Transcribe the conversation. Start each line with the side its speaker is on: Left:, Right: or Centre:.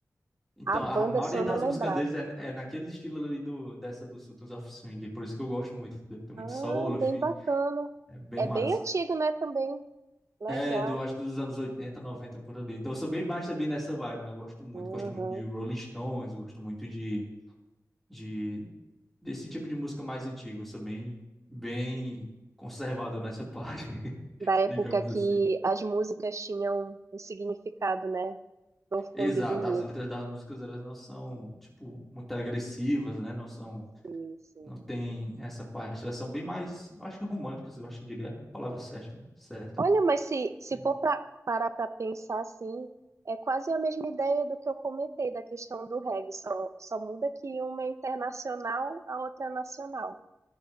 Centre: Então,
Right: a banda
Centre: a maioria
Right: se eu
Centre: das
Right: não lembrava.
Centre: músicas deles é, é naquele estilo ali do, dessa do Sultans of Swing, por isso que eu gosto muito, entendeu? Tem muito
Right: Ah,
Centre: solo, enfim,
Right: bem bacana.
Centre: é bem
Right: É
Centre: massa.
Right: bem antigo, né, também. Legal.
Centre: É, do, acho dos anos 80, 90 por ali. Então, eu sou bem baixo também nessa vibe, né? Eu gosto muito,
Right: Uhum.
Centre: gosto muito de Rolling Stones, gosto muito de, de desse tipo de música mais antiga, eu sou bem, bem conservador nessa parte, <laughs>
Right: Da época
Centre: digamos
Right: que
Centre: assim.
Right: as músicas tinham um significado, né? Profundo
Centre: Exato,
Right: e bonito.
Centre: as letras das músicas, elas não são, tipo, muito agressivas, né? Não são
Right: Sim, sim.
Centre: Não tem essa parte. Elas são bem mais, eu acho que românticas, eu acho que diria a palavra certa, certa,
Right: Olha,
Centre: né?
Right: mas se, se
Centre: Eles-
Right: for pra, parar para pensar assim, é quase a mesma ideia do que eu comentei da questão do reggae, só, só muda que uma é internacional, a outra é nacional.